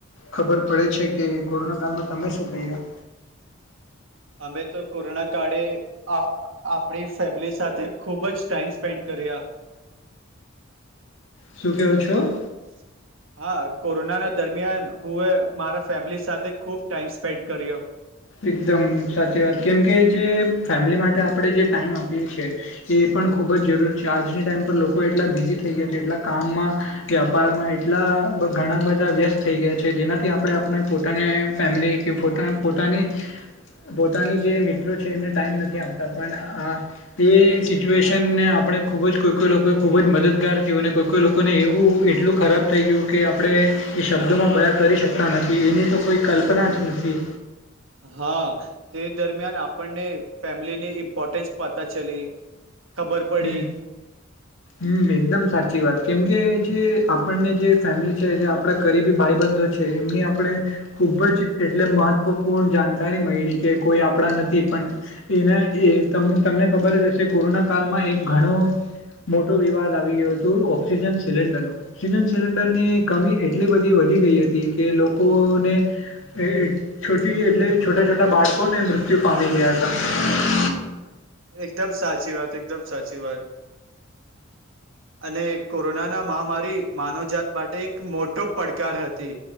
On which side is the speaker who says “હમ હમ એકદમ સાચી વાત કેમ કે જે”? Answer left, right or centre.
Left